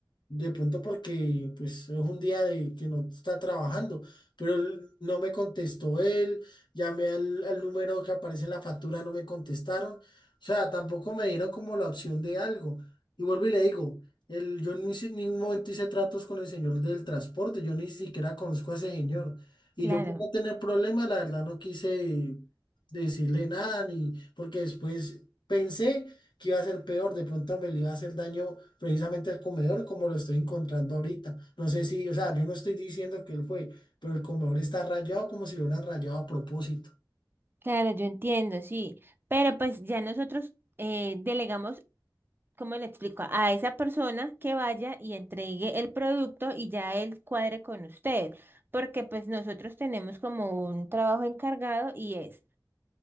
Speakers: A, on the left; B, on the right.
A: De pronto porque pues es un día de que no está trabajando, pero él no me contestó él, llamé al, al número que aparece en la factura, no me contestaron, o sea, tampoco me dieron como la opción de algo. Y vuelvo y le digo, el, yo ni si- en ningún momento hice tratos con el señor del transporte, yo ni siquiera conozco a ese señor. Y
B: claro,
A: yo por no tener problemas, la verdad no quise decirle nada, ni porque después pensé que iba a ser peor, de pronto me le iba a hacer daño precisamente al comedor como lo estoy encontrando ahorita. No sé si, o sea, yo no estoy diciendo que él fue, pero el comedor está rayado como si lo hubieran rayado a propósito.
B: claro, yo entiendo, sí. Pero pues ya nosotros eh, delegamos ¿Cómo le explico? A esa persona que vaya y entregue el producto y ya él cuadre con usted, porque pues nosotros tenemos como un trabajo encargado y es